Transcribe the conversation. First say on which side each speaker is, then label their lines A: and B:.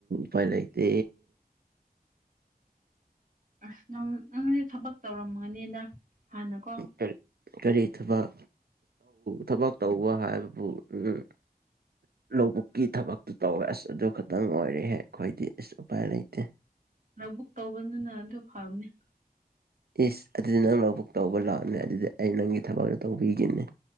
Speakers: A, on the right; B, on the right.
A: ꯄꯥꯏꯂꯗꯤ
B: ꯑꯁ ꯅꯪꯁꯦ ꯊꯕꯛ ꯇꯧꯔꯝꯒꯅꯤꯗ ꯍꯥꯟꯅꯀꯣ
A: ꯀꯔꯤ ꯀꯔꯤ ꯊꯕꯛ ꯊꯕꯛ ꯇꯧꯕ ꯍꯥꯏꯕꯕꯨ ꯎ ꯂꯧꯕꯨꯛꯀꯤ ꯊꯕꯛꯇꯨ ꯇꯧꯋꯦ ꯑꯁ ꯑꯗꯨ ꯈꯛꯇꯪ ꯑꯣꯏꯔꯦꯍꯦ ꯑꯩꯈꯣꯏꯗꯤ ꯑꯁ ꯎꯄꯥꯏ ꯂꯩꯇꯦ
B: ꯑ ꯕꯨꯛ ꯇꯧꯕꯅꯤꯅ ꯑꯗꯨ ꯐꯕꯅꯤ
A: ꯏꯁ ꯑꯗꯨꯗꯤ ꯅꯪ ꯂꯧꯕꯕꯨꯛ ꯇꯧꯕ ꯂꯥꯛꯑꯅꯦ ꯑꯗꯨꯗꯤ ꯑꯩ ꯅꯪꯒꯤ ꯊꯕꯛꯇ ꯇꯧꯕꯤꯈꯤꯅꯤ